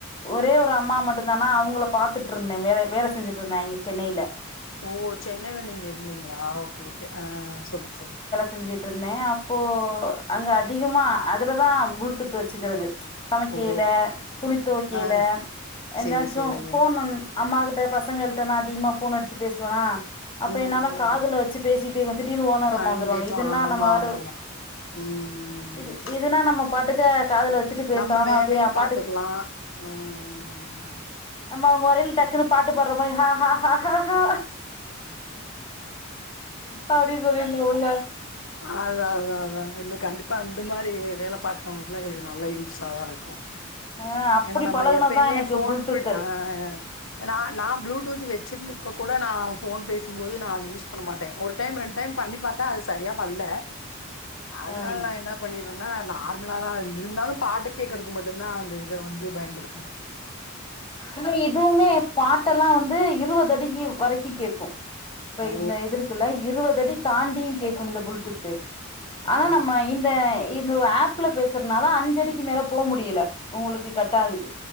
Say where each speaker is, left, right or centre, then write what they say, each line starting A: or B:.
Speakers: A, on the left (about 25°); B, on the left (about 70°).
A: ஒரே ஒரு அம்மா மட்டு தானா அவ்ங்ள பாத்துட்ருந்தே வேலை வேல செஞ்சுட்ருந்தாய்ங்கே சென்னைய்ல
B: ஓ சென்னைல நீங் இருந்தீங்ளா ஓகே ஓகே ஆ சொல் சொல்லுத்
A: செஞ்சிட்ருந்தே அப்போ அங்க அதிகமா அதுலதா ப்ளூடூத் வச்சுக்கறது சமைக்கேய்ல
B: ஓ
A: துணி தொவ்க்கேய்ல
B: ஆ
A: எதாச்சு
B: சேரி சேரிங்க
A: போனுன் அம்மா கிட்ட பசங்கள்ட்ட நா அதிக்மா ஃபோன் அடித்து பேஸ்த்துவேனா அப்ப
B: ம்
A: என்னால காதுலர்
B: ம்
A: ச்சி பேசிட்டு திடீர் ஓனர் அம்மா
B: கண்டிப்பா
A: வந்துருவாங்க இதுன்னா
B: ஆமா
A: நம்ம ஆதோவ்
B: ஆமா ஆமா ம்
A: இது ஈத் இதுன்னா நம்ம பாட்டுக்கு காதுல வச்சிட்டு பேசாம
B: நம்ம வேலையு
A: அப்டியே அப்பாட்டுக்கு
B: பாத்துக்கலா ம்
A: நம்ம அவ் வரைய்ல் டக்குன்னு பாட்டு பாட்ற மாறி ஹாஹாஹ ஹஹ பாடி சொல்லிற்னு உள்ள
B: ஆ தா தா தாங் இன்னு கண்டிப்பா அந்த மாரி வே வேலை பாக்குறவங்களுக்குல்லா இது நல்லா யூஸாதாருக்கு
A: ஆ அப்படி
B: ஏன்னா நம்ப
A: பழகுனதா
B: எப்பய்மே
A: எனக்கு
B: ஃபோன்
A: ப்ளூடூத்து
B: பிட் ஆ எனா நா ப்ளூடூத் வெச்சிர்ந்தப்ப கூட நா ஃபோன் பேசும்போது நா அது யூஸ் பண்ண மாட்டேன் ஒரு டைம் ரெண் டைம் பண்ணி பாத்தா அது சரியா வல்ல அதனால்
A: ம்
B: நா என்னாப் பண்ணிர்வேன்னா நார்மலா தா அது இருந்தாலும் பாட்டு கேக்றக்கு மட்டுன்தா அந்த இத வந்து பயன்படுத்துவே
A: இது எதூமே பாட்டெல்லா வந்து இருவது அடிக்கி வரைக்கி கேக்கு ப
B: ஓ
A: இந்த இதுருக்குல்ல இருவதடி தாண்டியி கேக்கு இந்த புல்டூத்து ஆனா
B: ஓ
A: நம்மய் இந்த இந்து ஆப்ல பேசுற்னால அஞ்சடிக்கி மேல போ முடியல உங்குளுக்கு கட் ஆகுது